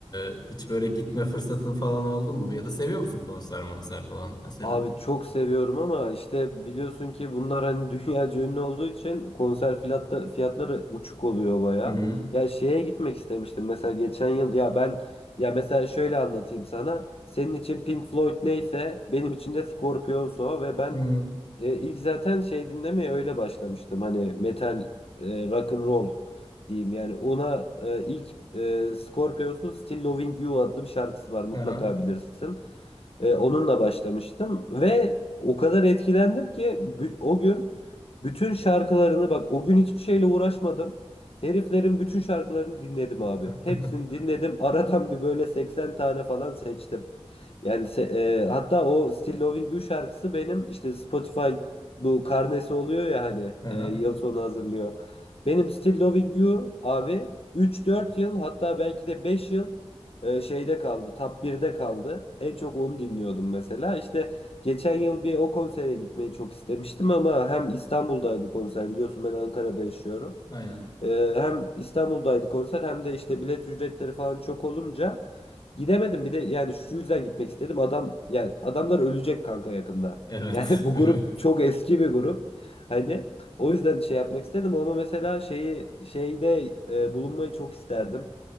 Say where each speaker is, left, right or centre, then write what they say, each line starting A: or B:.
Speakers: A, on the left; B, on the left.
A: E, hiç böyle gitme fırsatın falan oldu mu? Ya da seviyor musun konser monser falan mesela?
B: Abi çok seviyorum ama işte biliyorsun ki bunlar hani <laughs> dünyaca ünlü olduğu için konser fiyatta, fiyatları uçuk oluyor baya.
A: Hı hı.
B: Ya şeye gitmek istemiştim mesela geçen yıl ya ben ya mesela şöyle anlatayım sana. Senin için Pink Floyd neyse benim için de Scorpions o ve ben
A: Hı hı.
B: e, ilk zaten şey dinlemeye öyle başlamıştım. Hani metal, e, rock and roll diyeyim. Yani ona e, ilk e, Scorpions'un Still Loving You adlı bir şarkısı var. Mutlaka
A: Aha.
B: bilirsin. E, onunla başlamıştım ve o kadar etkilendim ki bü- o gün bütün şarkılarını bak o gün hiçbir şeyle uğraşmadım. Heriflerin bütün şarkılarını dinledim abi.
A: <laughs>
B: Hepsini dinledim. <laughs> Aradan bir böyle 80 tane falan seçtim. Yani se- e, hatta o Still Loving You şarkısı benim işte Spotify bu karnesi oluyor ya hani
A: Aha.
B: e, yıl sonu hazırlıyor. Benim Still Loving You abi 3-4 yıl hatta belki de 5 yıl e, şeyde kaldı. Top birde kaldı. En çok onu dinliyordum mesela. İşte geçen yıl bir o konsere gitmeyi çok istemiştim ama hem İstanbul'daydı konser. Biliyorsun ben Ankara'da yaşıyorum.
A: Aynen.
B: E, hem İstanbul'daydı konser hem de işte bilet ücretleri falan çok olunca gidemedim. Bir de yani şu yüzden gitmek istedim. Adam yani adamlar ölecek kanka yakında.
A: Evet.
B: Yani <laughs> bu
A: <laughs> Evet.
B: grup çok eski bir grup. Hani o yüzden şey yapmak istedim ama mesela şeyi şeyde e, bulunmayı çok isterdim.